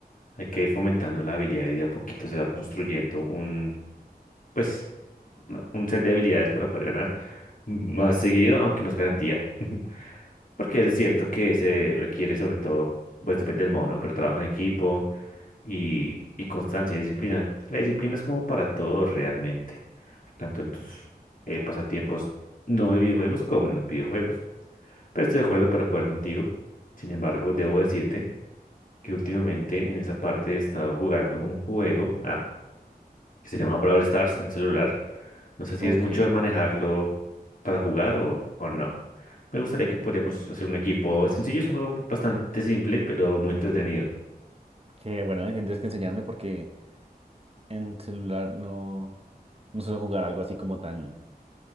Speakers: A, on the left; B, on the right.
A: Hay que ir fomentando la habilidad y de a poquito se va construyendo un, pues, una- un set de habilidades para poder ganar más seguido, aunque no es garantía. <laughs> Porque es cierto que se requiere sobre todo, pues depende del modo, ¿no? Pero trabajo en equipo y, y constancia y disciplina. La disciplina es como para todo realmente, tanto en tus eh, pasatiempos no de videojuegos como en los videojuegos. Pero estoy de acuerdo para jugar contigo. Sin embargo, debo decirte que últimamente en esa parte he estado jugando un juego. Ah, que se llama Brawl Stars en celular. No sé si
B: Ok,
A: es mucho de manejarlo para jugar o, o no. Me gustaría que podríamos hacer un equipo sencillo. Es un juego bastante simple, pero muy entretenido.
B: que bueno, ahí tendrías que enseñarme porque en celular no, no suelo jugar algo así como tan,